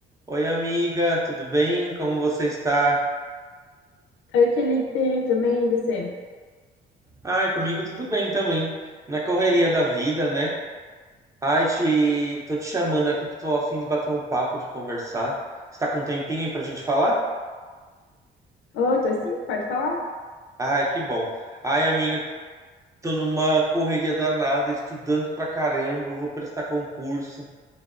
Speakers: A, on the right; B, on the left.
A: Oi, amiga, tudo bem? Como você está?
B: Oi, Felipe, tudo bem? E você?
A: Ai, comigo tudo bem também. Na correria da vida, né? Ai, te... tô te chamando aqui que tô a fim de bater um papo, de conversar. Você tá com um tempinho aí pra gente falar?
B: Oi, tô sim, pode falar?
A: Ai, que bom. Ai, amiga, tô numa correria danada, estudando pra caramba, eu vou prestar concurso.